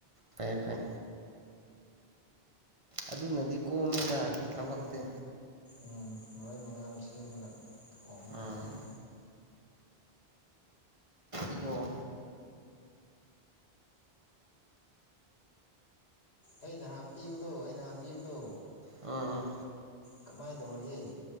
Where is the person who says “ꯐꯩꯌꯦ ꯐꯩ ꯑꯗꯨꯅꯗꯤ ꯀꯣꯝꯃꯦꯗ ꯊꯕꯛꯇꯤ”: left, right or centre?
Right